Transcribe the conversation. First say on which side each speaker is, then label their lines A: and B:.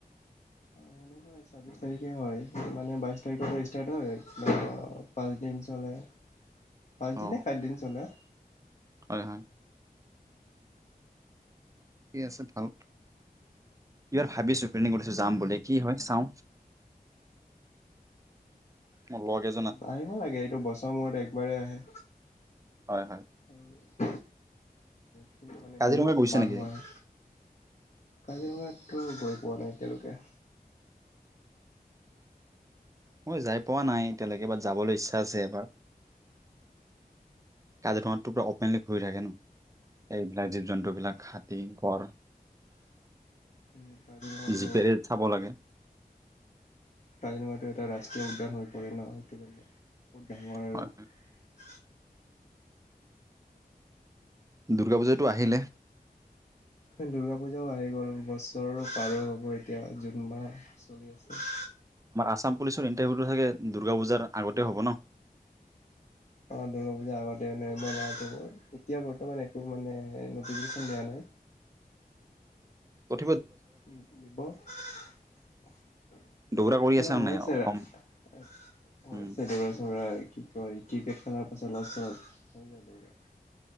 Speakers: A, on the left; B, on the right.
A: অ সেনেকুৱাই ছাব্বিছ তাৰিখে হয়। মানে বাইছ তাৰিখৰ পৰা ষ্টাৰ্ট পাঁচদিন চলে। পাঁচ
B: অ
A: দিনে নে সাত দিন চলে?
B: হয় হয়। <unintelligible> আছে ভাল। ইবাৰ ভাবিছো প্লেনিং কৰিছো যাম বুলি কি হয় চাও। মোৰ লগ এ
A: আহিব লাগে এইটো বছৰ মূৰত একবাৰেেই আহে।
B: হয় হয়
A: আৰু খিনি মানে
B: কাজিৰঙা
A: বহুত
B: গৈছে
A: মানুহ
B: নেকি
A: হয়। কাজিৰঙাত গৈ পোৱা নাই এতিয়ালৈকে।
B: মই যাই পোৱা নাই এতিয়ালৈকে বাত যাবলৈ ইচ্ছা আছে এবাৰ। <unintelligible> ঘুৰি থাকে ন? এইবিলাক জীৱ জন্তুবিলাক হাতী, গড়।
A: উম, কাজিৰঙাটো
B: জিপেৰে চাব লাগে।
A: কাজিৰঙাটো এটা ৰাষ্ট্ৰীয় উদ্যান হৈ পৰে ন সেইটো কাৰণে। বহুত ডাঙৰ আৰু
B: হয় হয় দুৰ্গা পূজাতো আহিলে
A: দুৰ্গা পূজাও আহি গ'ল, বছৰো পাৰো হ'ব এতিয়া। জুন মাহ চলি আছে।
B: আচাম পুলিচৰ ইণ্টাৰভিউটো চাগে দুৰ্গা পূজাৰ আগতে হ'ব ন?
A: অ দুৰ্গা পূজাৰ আগতে দিব এতিয়া বৰ্তমান একো মানে নটিফিকেশ্যন দিয়া নাই।
B: কত
A: উম দিব। দৌৰা
B: দৌৰা কৰি
A: চৌৰা
B: নে
A: হৈ
B: নাই
A: আছে
B: অসম
A: ৰা - আ হৈ
B: উম।
A: আছে দৌৰা চৌৰা কি কয় কিৰকেট খেলাৰ পাছত অলপ চলপ হৈ যায় দৌৰা।